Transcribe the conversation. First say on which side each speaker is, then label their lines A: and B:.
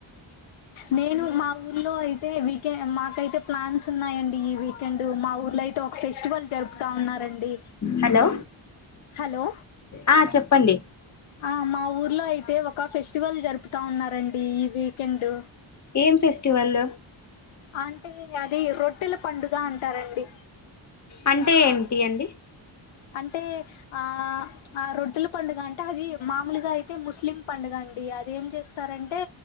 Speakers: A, on the left (about 75°); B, on the left (about 35°).
A: నేను మా ఊర్లో అయితే వీకె మాకైతే ప్లాన్స్ ఉన్నాయండి ఈ వీకెండ్ మా ఊర్లో అయితే ఫెస్టివల్ జరుపుతా ఉన్నారండి
B: హలో
A: హలో
B: ఆ చెప్పండి
A: ఆ మా ఊర్లో అయితే ఒక ఫెస్టివల్ జరుపుతా ఉన్నారండి ఈ వీకెండ్
B: ఏం ఫెస్టివల్
A: అంటే అది రొట్టెల పండుగ అంటారండి
B: అంటే ఏంటీ అండి
A: అంటే ఆ ఆ రొట్టెల పండుగ అంటే అది మామూలుగా అయితే ముస్లిం పండుగ అండి అదేం చేస్తారం టే